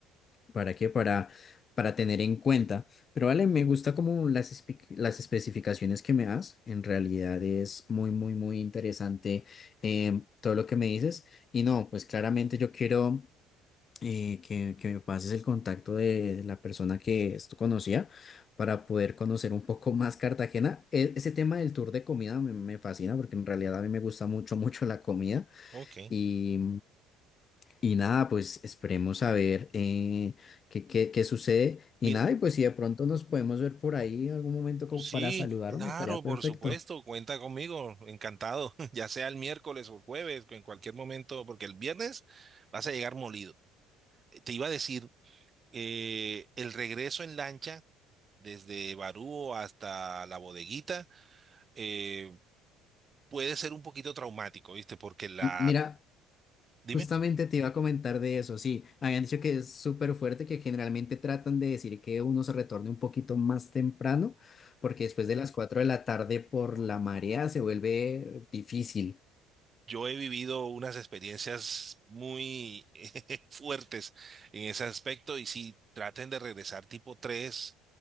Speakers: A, on the left; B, on the right.
A: ¿para qué? Para, para tener en cuenta. Pero vale, me gusta como las, espe- las especificaciones que me das, en realidad es muy, muy, muy interesante em, todo lo que me dices. Y no, pues claramente yo quiero eh, que, que me pases el contacto de la persona que esto conocía para poder conocer un poco más Cartagena. E- ese tema del tour de comida me, me fascina porque en realidad a mí me gusta mucho, <laughs> mucho la comida
B: Ok.
A: y, y nada, pues esperemos a ver eh, qué, qué, qué sucede y
B: Mira,
A: nada, y pues si de pronto nos podemos ver por ahí en algún momento como
B: sí,
A: para saludarnos,
B: claro,
A: estaría perfecto.
B: por supuesto, cuenta conmigo, encantado, <laughs> ya sea el miércoles o el jueves, en cualquier momento, porque el viernes vas a llegar molido. Eh, Te iba a decir, eh, el regreso en lancha desde Barú hasta la bodeguita eh, puede ser un poquito traumático, ¿viste? Porque la...
A: M- Mira,
B: Dime.
A: Justamente te iba a comentar de eso, sí, habían dicho que es súper fuerte, que generalmente tratan de decir que uno se retorne un poquito más temprano, porque después de las 4 de la tarde por la marea se vuelve difícil.
B: Yo he vivido unas experiencias muy <laughs> fuertes en ese aspecto y si traten de regresar tipo 3,